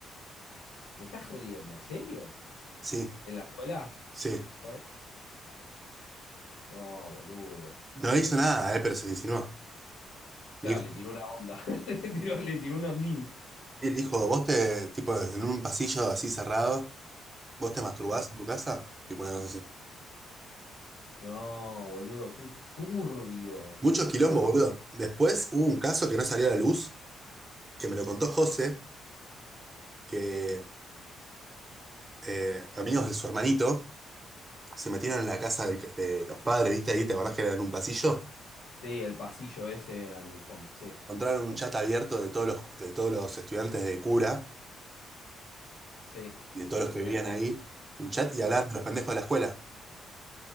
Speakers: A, on the left; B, on the right.
A: ¿me estás jodiendo? ¿En serio?
B: sí,
A: ¿En la escuela?
B: sí.
A: ¿Fue? No, boludo.
B: No le hizo nada, eh, pero se le insinuó.
A: Claro,
B: Le dijo,
A: le tiró una onda. <laughs> Le tiró, le tiró un ondín.
B: le dijo, vos te, tipo, en un pasillo así cerrado, vos te masturbás
A: Sí.
B: en tu casa, tipo una cosa así.
A: No, boludo, qué turbio.
B: Muchos quilombo,
A: ¿Cómo lo...
B: boludo. Después hubo un caso que no salió a la luz, que me lo contó José, que eh, amigos de su hermanito se metieron en la casa del que- de los padres, ¿viste ahí? ¿Te acordás que era en un pasillo?
A: Sí, el pasillo ese al fondo, sí,
B: Encontraron
A: me acuerdo.
B: un chat abierto de todos los, de todos los estudiantes de cura
A: Sí,
B: y de
A: del
B: todos
A: seminario,
B: los que vivían ahí, un chat
A: sí.
B: y hablaban de los pendejos de la escuela.